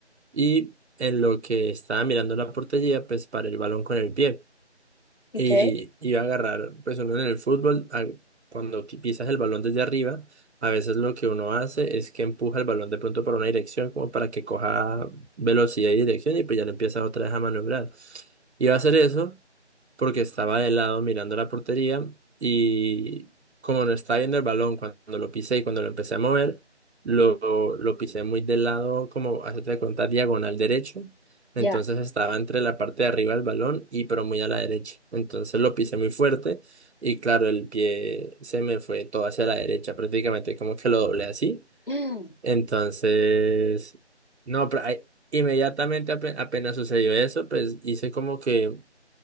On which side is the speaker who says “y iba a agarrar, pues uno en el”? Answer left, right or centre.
Right